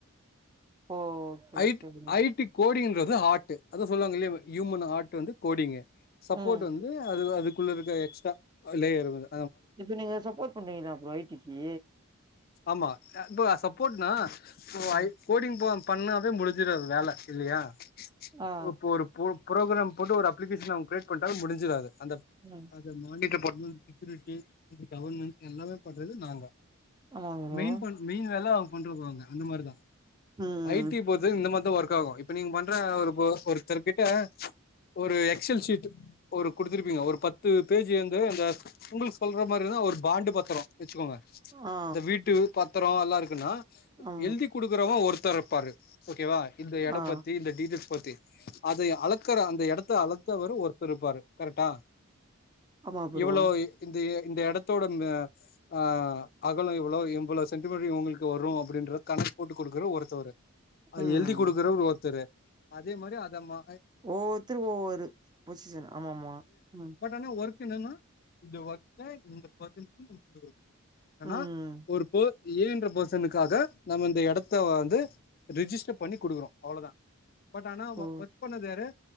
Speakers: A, on the right; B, on the left.
A: ஓ ஓகே
B: ஐ
A: ஓகே ப்ரோ
B: ஐ டி கோடிங்ன்றது ஆர்ட்டு அத சொல்லுவாங்கில்லயா யூமன் ஆர்ட் வந்து கோடிங்கு சப்போட்
A: ம்
B: வந்து அது தா அதுக் குள்ள இருக்க எக்ஸ்ட்ரா லேயர் இவுங்க
A: இப்ப நீங்க சப்போட் பண்றீங்ளா ப்ரோ ஐ டி க்கு
B: ஆமா அ இப்போ நா சப்போட்னா இப்போ
A: ம்
B: ஐ கோடிங் போ பண்ணாவே முடிஞ்சிடாது வேல இல்லயா
A: ஆ
B: இப்போ ஒரு போ ப்ரோக்ராம் போட்டு ஒரு அப்ளிகேஷன் அவுங்க கிரேயட் பண்ட்டா முடிஞ்சிறாது அந்த
A: ம்
B: வண்டிக்கு போட்ணு செக்யூரிட்டி இது கவர்மென்ஸ் எல்லாமே பண்றது நாங்க
A: ஆமா ப்ரோ
B: மெயின் பண் மெயின் வேல அவுங்க பண்ட்டுக்குவாங்க அந்த மார்தா
A: ம்.
B: ஐ டி பொ து இந்த மார்தா ஒர்க் ஆவு இப்ப நீங்க பண்ற ஒரு போ ஒருத்தர் கிட்ட ஒரு எக்ஸ்ஸல் ஷீட் ஒரு குடுத்துருப்பீங்க ஒரு பத் த்து பேஜு வந்து இந்த உங்ளுக்கு சொல்ற மாரிதா ஒரு பாண்டு பத்ரோ வச்சுக்கோங்க
A: ஆ.
B: இந்த வீட்டு பத்ரோ எல்லா இருக்குன்னா
A: ஆமா.
B: எழுதி குடுக்குறவங்க ஒருத்தர் இருப்பாரு ஓகேவா இந்த எட
A: ஆ.
B: பத்தி இந்த டீடெயில்ஸ் பத்தி அதை அளக்கற அந்த எடத்த அளத்தவரு ஒர்த்தர்ருப்பாரு கரெட்டா
A: ஆமா ப்ரோ.
B: இவ்ளோ இந்த இந்த எடத்தோட ம ஆ அகலோ இவ்ளோ இவ்ளோ சென்டிமெட்டர் இவுங்களுக்கு வரு அப்டின்ற கணக்கு போட்டு குடுக்குற ஒருத்தவரு அத
A: ம்.
B: எழுதி குடுக்குறவரு ஒர்த்தரு அதே மாரி அத மா
A: ஒவ்வொருத்தரு ஒவ்வொரு பொசிசன் ஆமா ஆமா
B: எல்லாமே ஒர்க் என்னன்னா இந்த ஒர்க்க இந்த பர்சனுக்கு நாம குடுக்குறோ ஆனா
A: ம்.
B: பொறுப்பு ஏ ன்ற பர்சனுக்காக நம்ம இந்த எடத்த வந்து ரிஜிஸ்டர் பண்ணி குடுக்குறோ அவ்ளதா பட் ஆனா
A: ஓ!
B: ஒர்க் பண்ணது யாரு